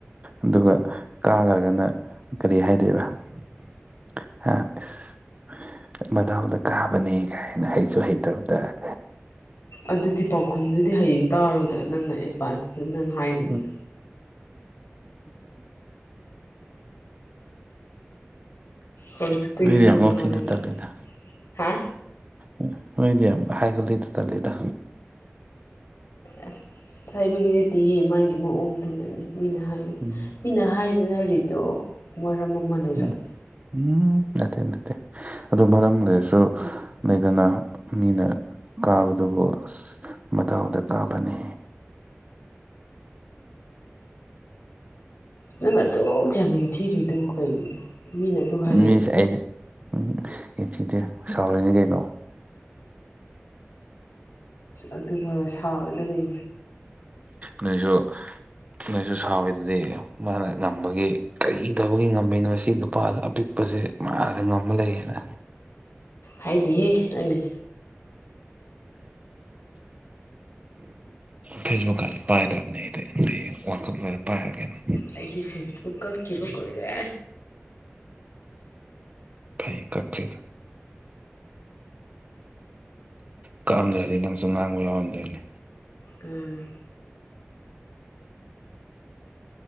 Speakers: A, on the right; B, on the left.
A: ꯑꯗꯨꯒ ꯀꯥꯒ꯭ꯔꯥꯒꯅ ꯀꯔꯤ ꯍꯥꯏꯗꯣꯏꯕ <unintelligible> ꯃꯗꯥꯎꯗ ꯀꯥꯕꯅꯤ ꯀꯥꯏꯅ ꯍꯩꯁꯨ ꯍꯩꯇꯕꯗꯥ
B: ꯑꯗꯨꯗꯤ ꯄꯥꯎꯈꯨꯝꯗꯨꯗꯤ ꯍꯌꯦꯡ ꯇꯥꯔꯣꯗꯅ ꯅꯪꯅ ꯑꯦꯗꯚꯥꯟꯁꯇ ꯅꯪ ꯍꯥꯏꯔꯤꯗꯣ
A: <unintelligible>
B: ꯍꯧꯖꯤꯛꯇꯒꯤ
A: ꯃꯗꯤ
B: ꯅꯪꯅ
A: ꯑꯝꯕꯥꯎ
B: ꯍꯥꯏꯔꯤꯅ
A: ꯊꯤꯗ ꯇꯥꯗꯦꯗ
B: ꯍꯥ
A: ꯑꯣꯏꯗꯤ ꯌꯥꯝ ꯍꯥꯏꯒꯜꯂꯤ ꯇꯜꯂꯤꯗ
B: ꯑꯁ ꯊꯣꯏꯕꯒꯤ ꯅꯠꯇꯦꯍꯦ ꯃꯥꯒꯤ ꯃꯑꯣꯡꯗꯨꯅꯅꯦ ꯃꯤꯅ ꯍꯥꯏꯌꯦ
A: ꯎꯝ
B: ꯃꯤꯅ ꯍꯥꯏꯔꯤꯅꯔꯤꯗꯣ ꯃꯔꯝ ꯑꯃ ꯂꯩꯔꯕꯅꯦ
A: ꯎꯝ ꯎꯝ ꯅꯠꯇꯦ ꯅꯠꯇꯦ ꯑꯗꯨ ꯃꯔꯝ ꯂꯩꯔꯁꯨ ꯂꯩꯗꯅ ꯃꯤꯅ ꯀꯥꯕꯗꯨꯕꯨ ꯑꯁ ꯃꯗꯥꯎꯗ ꯀꯥꯕꯅꯤ
B: ꯅꯪꯅ ꯑꯗꯨꯛ ꯌꯥꯝꯅ ꯌꯦꯡꯊꯤꯔꯨꯏꯗꯨꯕꯨ ꯀꯩꯒꯤꯅꯣ ꯃꯤꯅ ꯑꯗꯨ ꯍꯥꯏꯌꯦꯅ
A: ꯃꯤꯁꯦ ꯑꯩꯗꯤ ꯎꯝ ꯌꯦꯡꯊꯤꯗꯦ ꯁꯥꯎꯔꯤꯅꯤ ꯀꯩꯅꯣ
B: ꯑꯗꯨꯐꯥꯎꯒ ꯁꯥꯥꯎꯔꯗꯨ ꯂꯩ
A: ꯅꯣꯏꯁꯨ ꯅꯣꯏꯁꯨ ꯁꯥꯎꯔꯤꯗꯨꯗꯤ ꯃꯥꯅ ꯉꯝꯕꯒꯤ ꯀꯔꯤ ꯇꯧꯕꯒꯤ ꯉꯝꯃꯤꯅꯣ ꯁꯤ ꯅꯨꯄꯥ ꯑꯄꯤꯛ ꯄꯥꯁꯦ ꯃꯥꯗ ꯉꯝꯃ ꯂꯩꯌꯦꯅ
B: ꯍꯥꯏꯗꯤꯍꯦ ꯑꯩ
A: ꯐꯦꯁꯕꯨꯛꯀꯥꯁꯦ ꯄꯥꯏꯗ꯭ꯔꯕꯅꯦ ꯑꯩꯗꯤ ꯍꯌꯦꯡ ꯋꯥꯀꯞ ꯂꯣꯏꯔ ꯄꯥꯏꯔꯒꯦꯅ
B: ꯑꯩꯗꯤ ꯐꯦꯁꯕꯨꯛ ꯀꯛꯈꯤꯕ ꯀꯨꯏꯔꯦ
A: ꯐꯩ ꯀꯛ꯭ꯇꯔꯤꯗꯣ ꯀꯛꯑꯝꯗ꯭ꯔꯗꯤ ꯅꯪꯁꯨ ꯉꯥꯡꯕ ꯌꯥꯎꯔꯝꯗꯣꯏꯅꯤ
B: ꯎꯝ